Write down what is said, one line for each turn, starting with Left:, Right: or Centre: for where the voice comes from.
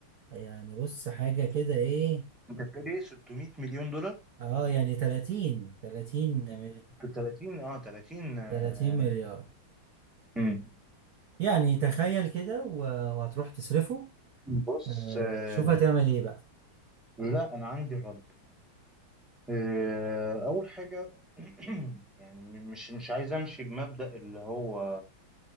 Right: يعني بص حاجة كده ايه
Centre: انت بتقول ايه 600 مليون دولار
Right: اه يعني 30 30 مل-
Centre: 30 اه 30 آه.
Right: 30 مليار
Centre: امم
Right: يعني تخيل كده و- وهتروح تصرفه
Centre: بص
Right: آه
Centre: آه.
Right: شوف هتعمل ايه بقى
Centre: لا انا عندي الرد آه. اول حاجه <clears throat> يعني مش مش عايز امشي بمبدأ اللي هو